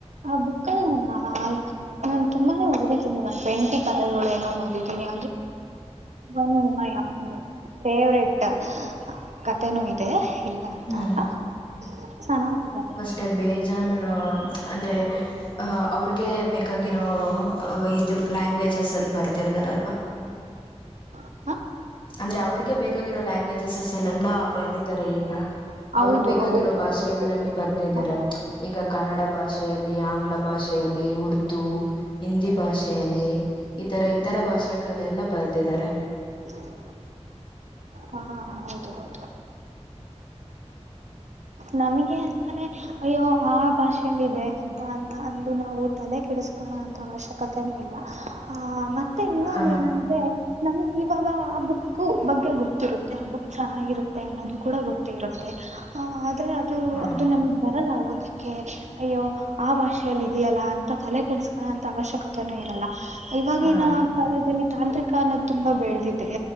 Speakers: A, on the right; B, on the left.
A: ಆ ಬುಕ್ <unintelligible> ನಾನ್ ತುಂಬಾನೇ ಓದಿದ್ದೀನಿ ಒಂದನ್ ಟ್ವೆಂಟಿ ಕಥಗಳು ಏನೋ ಓದಿದ್ದೀನಿ ಒ ಮೈ <unintelligible> ಕತೆೆನೂ ಇದೆ ಇಲ್ಲ ಅಂತ
B: ಹ್ಮ್
A: ಅಲ್ಲ ಚನ್ನಾಗಿದೆ
B: ಮೆ ಬೇಜಾನ್ ಅಂದ್ರೆ ಅವ್ರಗೆ ಬೇಕಾಗಿರೋ ಇದು ಲ್ಯಾಂಗ್ವೇಜಸ್ ಅಲ್ಲಿ ಬರೆದಿರ್ದಾರಲ್ಲ
A: ಹ
B: ಅಂದ್ರೆ ಅವ್ರಗೆ ಬೇಕಾಗಿರೋ ಲ್ಯಾಂಗ್ವೇಜಸಸ್ ಎಲ್ಲಲ್ಲಾ ಬರ್ದಿದ್ದಾರೆ ಈಗ
A: ಹೌದು
B: ಅವ್ರಗ್ ಬೇಕಾಗಿರೋ
A: ಹೌದು
B: ಭಾಷೆಗಳಲ್ಲಿ
A: ಹೌದು
B: ಬರ್ದಿದ್ದಾರೆ
A: ಹಾ
B: ಈಗ ಕನ್ನಡ ಭಾಷೆಯಲ್ಲಿ ಆಂಗ್ಲ ಭಾಷೆಯಲ್ಲಿ ಉರ್ದು ಹಿಂದಿ ಭಾಷೆಯಲ್ಲಿ ಇತರ ಇತರ ಭಾಷೆಲ್ಲೆಲ್ಲ ಬರೆದಿದ್ದಾರೆ
A: ಹೌ ಹಾ ಹೌದ ಹೌದು ನಾಮಿಗೆ ಅಂತಾನೆ ಅಯ್ಯೋ ಆ ಭಾಷೆಯಲ್ಲ ಇದೆ ಅಂತ ಅಂತ ಅಂದು ನಾವು ತಲೆ ಕೆಡಿಸಕೋಣ ಅಂತ ಅವಶ್ಯಕತೆನ ಇಲ್ಲ ಹ ಮತ್ತೆ
B: ಹ
A: <unintelligible> ನಮ್ಗೆ ಇವಾಗ ಆ ಬುಕ್ ಬಗ್ಗೆ ಗೊತ್ತಿರುತ್ತೆ ಆ ಬುಕ್ ಚೆನ್ನಾಗಿರುತ್ತೆ ಅನ್ನೋದು ಕೂಡ ಗೊತ್ತೇ ಇರುತ್ತೆ ಹ ಆದ್ರೆ ಅದು
B: ಹ
A: ಅದು ನಮ್ ಬರಲ್ಲ ಹೋದ ಅಯ್ಯೋ ಆ ಭಾಷೆಯಲ್ಲಿ ಇದೆಯಲ್ಲ ಅಂತ ತಲೆ ಕೆಡಿಸಕೋ ಅಂತ ಅವಶ್ಯಕತೆನೂ ಇರಲ್ಲ ಇವಾಗಿನ
B: ಹ ಹ
A: ಕಾಲದಲ್ಲಿ ತಾಂತ್ರಿಕ ಅನ್ನೋ ತುಂಬಾ ಬೆಳೆದಿದೆ